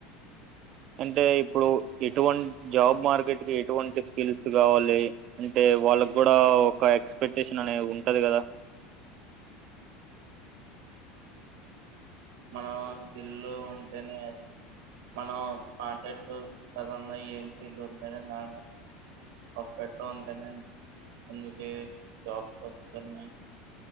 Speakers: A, on the right (about 50°); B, on the right (about 80°).
A: అంటే ఇప్పుడు ఎటువంటి జాబ్ మార్కెట్కి ఎటువంటి స్కిల్స్ కావాలి అంటే వాళ్ళకి కూడా ఒక ఎక్స్పెక్టేషన్ అనేది ఉంటంది కదా
B: మనం సిల్లు ఉంటేనే మనం పాంటట్టు కద ఏం సిల్ ఉంటేనే దా పప్పెట్ ఉంటేనే అందుకే జాబ్ వన్నాయి